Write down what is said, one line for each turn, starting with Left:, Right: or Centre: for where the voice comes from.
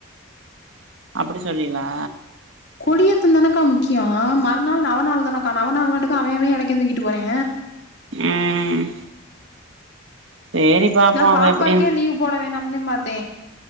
Right: அப்டி சொல்ரிகளா
Left: கொடியத்து தானக்கா முக்கிய மறுநாள் நவநள் தானக்கா நவநள் மட்டுக்க அவே அவே இடைக்க தூங்கிட்டு போறே
Right: ம் சேரி பாப்போ
Left: நா
Right: அவ
Left: பாப்பாக்கே
Right: எப்டின்னு
Left: லீவ் போட வேணா அ மாத்த